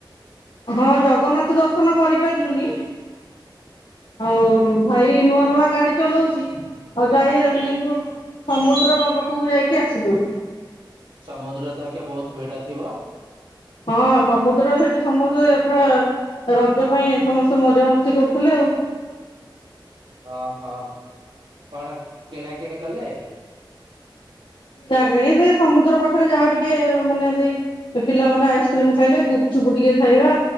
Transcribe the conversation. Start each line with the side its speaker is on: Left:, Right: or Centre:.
Left: ହଁ ଜଗନ୍ନାଥ ଦର୍ଶନ କରିପାରିଲୁନି। ଆଉ ଭାଇ ନୂଆ ନୂଆ ଗାଡି ଚଲଉଚି। ଆଉ ଯାଇ ହେଲାନି କିନ୍ତୁ ସମୁଦ୍ର ପାଖୁକୁ ଯାଇକି ଆସିଲୁ।
Right: ସମୁଦ୍ର ତ ଆଜ୍ଞା ବହୁତ୍ ଭିଡ ଥିବ?
Left: ହଁ ସମୁଦ୍ର ସେଠି ସମସ୍ତେ ପୁରା। ରଜ ପାଇଁ ସମସ୍ତେ ମଜାମସ୍ତି କରୁଥିଲେ ଆଉ।
Right: ଅହ କଣ କିଣା କିିଣି କଲେ?
Left: କିଣା କିଣି ସେ ସମୁଦ୍ର ପାଖରେ ଯାହା ଟିକେ ମାନେ ସେଇ। ପିଲାମାନେ ଆଇସ୍କ୍ରିମ୍ ଖାଇଲେ ଗୁପ୍ଚୁପ୍ ଟିକେ ଖାଇବା।